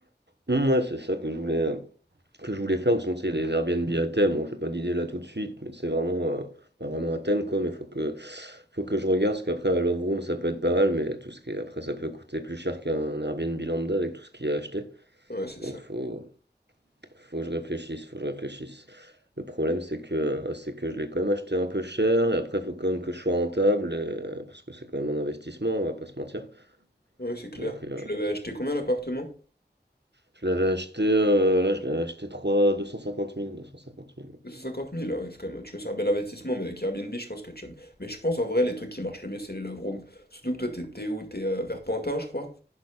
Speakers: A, on the right (about 75°); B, on the left (about 60°).
A: Hum, ouais, c'est ça que je voulais. euh, que je voulais faire, ou sinon c'est des Airbnb à thème. Bon, j'ai pas d'idée là tout de suite, mais c'est vraiment, euh, pas vraiment un thème quoi. Mais faut que, faut que je regarde, parce qu'après la Love Room ça peut être pas mal, mais tout ce qui est, après ça peut coûter plus cher qu'un Airbnb lambda avec tout ce qu'il y a acheté.
B: Ouais, c'est
A: Donc
B: ça.
A: faut, faut que je réfléchisse, faut que je réfléchisse. Le problème c'est que, euh, c'est que je l'ai quand même acheté un peu cher, et après faut quand même que je sois rentable, et- euh, parce que c'est quand même un investissement, on va pas se mentir.
B: Ouais, c'est clair.
A: Donc euh,
B: Tu l'avais acheté combien l'appartement?
A: je l'avais acheté, euh, là je l'avais acheté trois deux cent cinquante mille deux cent cinquante mille
B: 250 000, ouais, c'est quand même, tu vois, c'est un bel investissement, mais avec Airbnb, je pense que tu... Mais je pense, en vrai, les trucs qui marchent le mieux, c'est les love rooms. Surtout que toi, t'es t'es où? T'es à Verpentin, je crois?